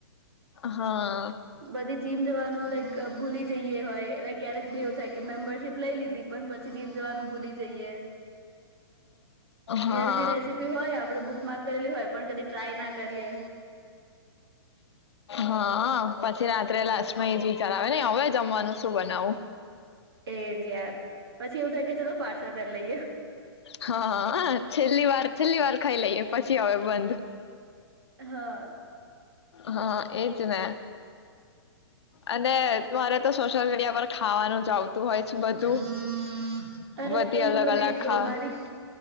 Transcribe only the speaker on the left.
હા
હા
હા. પછી રાત્રે લાસ્ટમાં એ જ વિચાર આવે ને હવે જમવાનું શું બનાવું?
હા, છેલ્લી વાર છેલ્લી વાર ખાઈ લઈએ પછી અવે બંધ.
હા એજ ને. અને મારે ત સોશિયલ મીડિયા પર ખાવાનું જ આવતું હોય છે બધું
બધી અલગ
અલગ
ખા